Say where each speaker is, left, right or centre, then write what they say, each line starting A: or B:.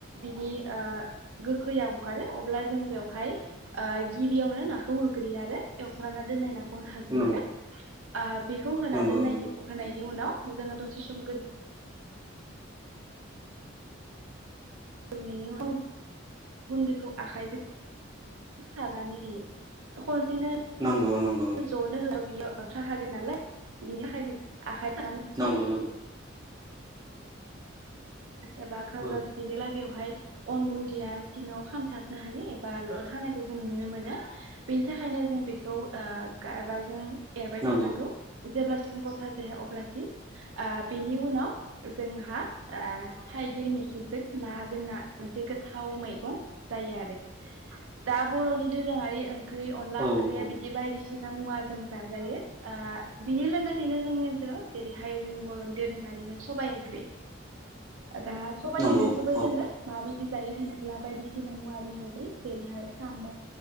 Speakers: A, on the right; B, on the right.
A: बिनि ओ गोखैयाव अंखारो अब्ला जों बेवहाय गिबियावनो नाखौ होग्रोयो आरो एवफ्रामना दोननाय नाखौ होग्रोयो।
B: नंगौ
A: आ बेखौ होना
B: नंगौ
A: दोननायनि
B: नंगौ
A: अखानायै नि उनाव जोङो दसे सम गो <unintelligible> उनाव गुन्दैखौ आखाइजों सारनानै होयो। खनसेनो
B: नंगौ नंगौ
A: जनो होबा बियो लाथा खागोन नालाय। बिनि थाखायनो आखाइ सानानै
B: नंगौ नंगौ।
A: एबा ख्राउजार
B: औ
A: सिनदेला बेवहाय अन गुन्दिया सिङाव खामथाबनो हायो एबा लद हानायखौ जों नुनो मोनो। बेनि थाखायनो जों बेखौ ओ गारबा जों एरबाय
B: नंगौ
A: थानांगौ। जेब्लासिम गथा जाया अब्लासिम। आ बिनि उनाव जोंहा थाइगिर मैखिजों नाजोंना मोनसे गोथाव मैगं जायो आरो। दा बर'नि दोरोङारि ओंख्रि अनला
B: औ
A: ओंख्रिया
B: औ
A: बिदि बायदिसि सिना मुवाजों जाजायो। आ बिनि लोगोसेनो जोंनि गेजेराव जेरैहाय जोंनि बर'नि दोरों आरिनो सबाइ ओंख्रि। दा सबाइ
B: नंगौ
A: ओंख्रिखोबो
B: औ
A: जोङो माबायदि जायो होनोब्ला बायदिसिना मुवाजों जाजायो। देरहाय साम'